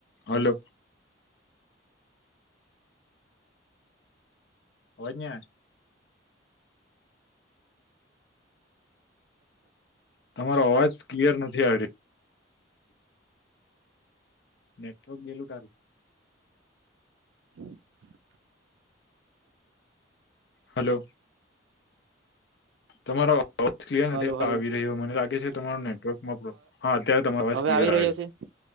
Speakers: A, on the left (about 60°); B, on the right (about 75°).
A: Hello. અવાજ ની આવે? તમારો અવાજ ક્લિયર નથી આવીરયો. નેટવર્ક ગેલું ટારું.
B: <inaudible>
A: હલો. તમારો અવ ક્લિયર
B: હલો
A: નથી
B: હલો
A: આવી રહ્યો મને લાગે છે, તમારો નેટવર્ક મા પ્રો, હા અત્યારે તમારી અવાજ
B: હવે
A: ક્લિયર
B: આવી
A: આવે
B: રહ્યો છે